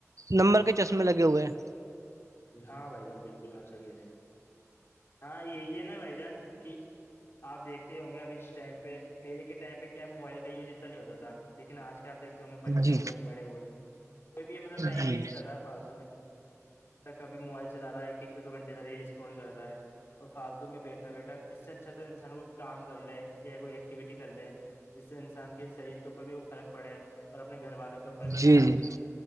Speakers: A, on the right (about 75°); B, on the left (about 50°).
A: نمبر کے چشمے لگے ہوئے ہیں
B: ہاں بھائی جان بالکل آپ سے گہ رہے ہیں ہاں یہی ہے نا بھائی جان کہ آپ دیکھتے ہوں گے ابھی اس ٹائم پہ پہل کے ٹائم پہ کیا موبائل کا یوز اتنا نہیں ہوتا تھا لیکن آج کیا آپیکھ
A: ہیں
B: بچے
A: جی
B: ہوئے بڑے ہوئے کوئی بھی مطلب ٹائم
A: جی
B: ویسٹ کر رہا ہے فالتو اب تکب موبائل چلا رہا ہے ایک دو گھٹے کا ریل انٹال کر رہا ہے اور فالتو میں بیٹھا بیٹھا اس سے اچھا تو انسان کو کام کر لے یا کوئی ایکٹیویٹی کر لے جس سے انسان کے شریر کے اوپر بھی فرق پڑے اور اپنے گھر والوں کے اوپر بھی دھیان
A: جی جی
B: دے